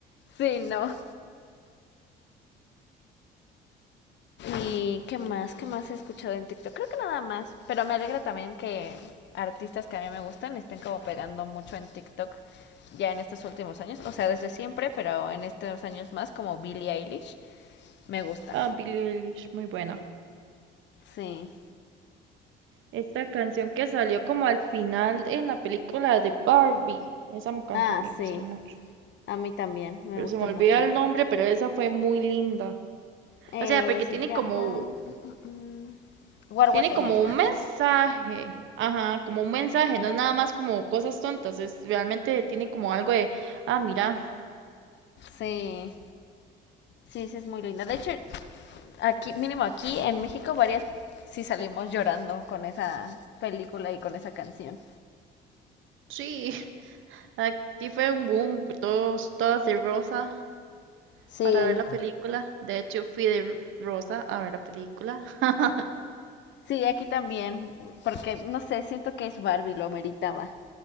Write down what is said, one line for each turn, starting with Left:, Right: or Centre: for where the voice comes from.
Left: sí, no. ¿Y qué más? ¿Qué más he escuchado en TikTok? Creo que nada más. Pero me alegra también que artistas que a mí me gustan estén como pegando mucho en TikTok ya en estos últimos años. O sea, desde siempre, pero en estos años más, como Billie Eilish, me gusta.
Right: Ah, Billie Eilish, muy buena.
Left: Sí.
Right: Esta canción que salió como al final en la película de Barbie. Esa canción
Left: Ah,
Right: me
Left: sí.
Right: gustó mucho.
Left: A mí también. Me
Right: Pero
Left: gusta
Right: se me olvida
Left: mucho.
Right: el nombre, pero esa fue muy linda.
Left: Eh,
Right: O sea, porque
Left: se
Right: tiene
Left: llama...
Right: como
Left: mm, mm, mm, What
Right: Tiene
Left: Was I
Right: como
Left: Made For.
Right: un mensaje, ajá, como un mensaje, no es nada más como cosas tontas, es realmente tiene como algo de, ah, mira,
Left: Sí. Sí, sí, es muy linda. De hecho, aquí, mínimo aquí en México, varias sí salimos llorando con esa película y con esa canción.
Right: sí, <laughs> aquí fue un boom, todos, todas de rosa
Left: Sí,
Right: para ver la película. De hecho, fui de rosa a ver la película. <laughs>
Left: Sí, aquí también, porque no sé, siento que es Barbie, lo meritaba.